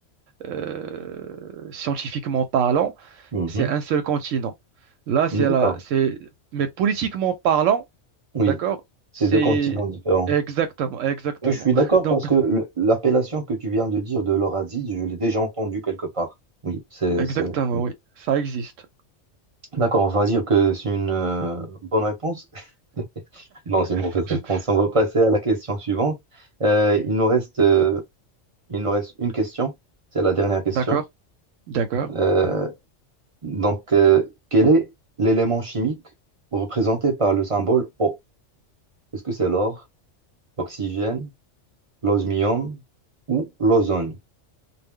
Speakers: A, on the right; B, on the right.
A: euh, scientifiquement parlant,
B: mhm.
A: c'est un seul continent. Là, c'est
B: D'accord.
A: la, c'est, mais politiquement parlant,
B: Oui,
A: d'accord,
B: c'est
A: c'est
B: deux continents différents.
A: exactement, exactement.
B: Et je suis d'accord
A: <laughs> Donc,
B: parce que le- l'appellation que tu viens de dire de l'orazide, je l'ai déjà entendue quelque part. Oui, c'est,
A: exactement,
B: c'est... oui.
A: oui, ça existe.
B: D'accord, on va dire que c'est une euh, bonne réponse. <laughs> Non, c'est une
A: <laughs>
B: mauvaise réponse. On va passer à la question suivante. Euh, il nous reste, euh, il nous reste une question. C'est la dernière question.
A: D'accord, d'accord.
B: Euh, donc, euh, quel est l'élément chimique représenté par le symbole O? Est-ce que c'est l'or, l'oxygène, l'osmium ou l'ozone?